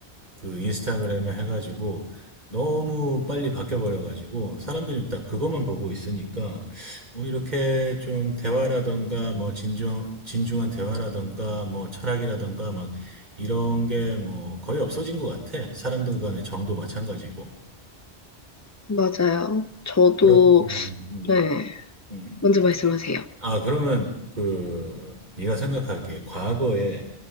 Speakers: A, on the right (about 40°); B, on the left (about 15°).
A: 그 인스타그램에 해가지고 너무 빨리 바뀌어버려가지고 사람들이 딱 그것만 보고 있으니까 뭐 이렇게 좀 대화라던가 뭐 진중, 진중한 대화라던가 뭐 철학이라던가 막 이런 게 뭐 거의 없어진 것 같아. 사람들 간의 정도 마찬가지고.
B: 맞아요. 저도,
A: 그런, 음, 음,
B: 네.
A: 음.
B: 먼저 말씀하세요.
A: 아, 그러면 그 네가 생각하기에 과거에